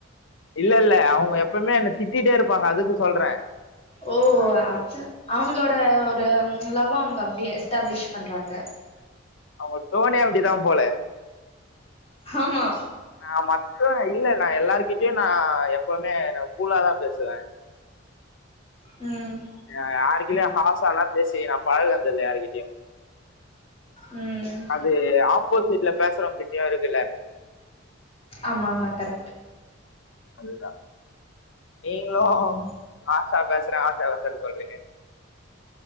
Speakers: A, on the left; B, on the left.
A: இல்ல இல்ல அவுங்க எப்பவுமே என்ன திட்டிட்டே இருப்பாங்க அதுக்கு சொல்றே
B: ஓ அத அவுங்களோட ஒரு ம் லவ்வ அவுங்க அப்டி எஸ்டாப்ளிஷ் பண்றாங்க
A: அவங்க டோனே அப்டிதா போல
B: ஆமா
A: நா மத்த இல்ல நா எல்லாருகிட்டியு நா எப்பவ்மே நா கூலாதா பேசுவே
B: ம்
A: நா யாருகிட்டயு ஹாசால்லா பேசி நா பழகந்தில்ல யாருகிட்டியு
B: ம்
A: அது ஆப்போசிட்ல பேசுறவங்கிட்டியு இருக்குல
B: ஆமா ஆமா கரெக்
A: அதுதா நீங்களு
B: ம்
A: ஹா அபாச ஆசா சொல் சொ சொல்ரிங்க